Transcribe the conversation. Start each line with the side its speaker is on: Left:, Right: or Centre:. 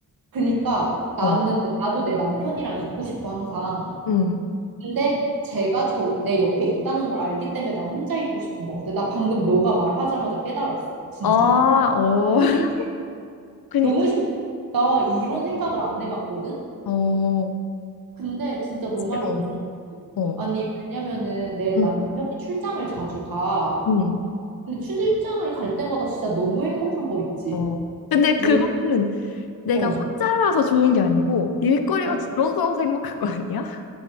Right: 그러니까 나는,
Left: 어.
Right: 나도 내 남편이랑 있고 싶어, 항상.
Left: 음.
Right: 근데 제가 저, 내 옆에 있다는 걸 알기 때문에 나 혼자 있고 싶은 것 같아. 나 방금 너가 말하자마자 깨달았어. 진짜.
Left: 아, 어.
Right: 너무
Left: <laughs>
Right: 신,
Left: 그니까.
Right: 너무 신, 나 이런 생각을 안 해봤거든?
Left: 어.
Right: 근데 진짜
Left: 그치.
Right: 너 말이
Left: 어.
Right: 맞는 것 같아.
Left: 어.
Right: 아니, 왜냐면은 내 남편이
Left: 음.
Right: 출장을 자주 가.
Left: 음.
Right: 근데 출장을 갈 때마다 진짜 너무 행복한 거 있지.
Left: 어. 근데 그거는
Right: 왜냐,
Left: 내가
Right: 어,
Left: 혼자라서 좋은 게 아니고 일거리가
Right: 어.
Left: 줄어들어서 행복한 거 아니야?